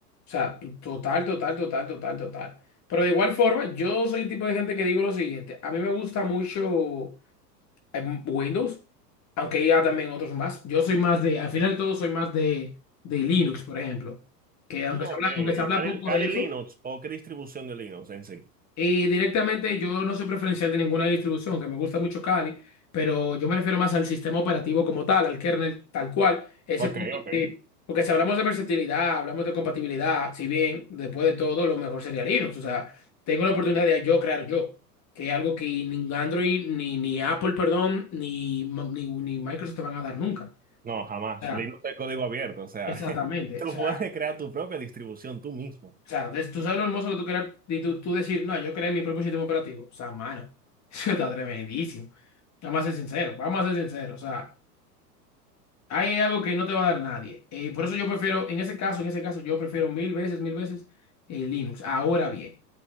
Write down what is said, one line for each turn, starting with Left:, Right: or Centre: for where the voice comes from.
Left: sea, t- total, total, total, total, total. Pero de igual forma, yo soy el tipo de gente que digo lo siguiente, a mí me gusta mucho eh, Windows, aunque hay también otros más. Yo soy más de, al final de todo, soy más de, de Linux, por ejemplo, que
Right: No,
Left: aunque se
Right: ok.
Left: habla, aunque se habla
Right: Kali,
Left: poco
Right: Kali
Left: de eso.
Right: Linux o qué distribución de Linux en sí.
Left: Y directamente yo no soy preferencial de ninguna distribución, que me gusta mucho Kali, pero yo me refiero más al sistema operativo como tal, al kernel tal cual. Ese
Right: Ok,
Left: punto
Right: ok.
Left: que, porque si hablamos de versatilidad, hablamos de compatibilidad, si bien después de todo lo mejor sería Linux, o sea, tengo la oportunidad de yo crear yo, que es algo que ni Android, ni, ni Apple, perdón, ni, ni, ni Microsoft te van a dar nunca.
Right: No, jamás.
Left: O sea,
Right: Linux es código abierto. O sea,
Left: exactamente.
Right: <laughs> tú
Left: O sea,
Right: puedes crear tu propia distribución tú mismo.
Left: O sea, des- tú sabes lo hermoso que tú crear y tú, tú decir, no, yo creé mi propio sistema operativo. O sea, mano, <laughs> eso está tremendísimo. Vamos a ser sinceros, vamos a ser sinceros. O sea, hay algo que no te va a dar nadie. Eh, y por eso yo prefiero, en ese caso, en ese caso, yo prefiero mil veces, mil veces eh, Linux. Ahora bien,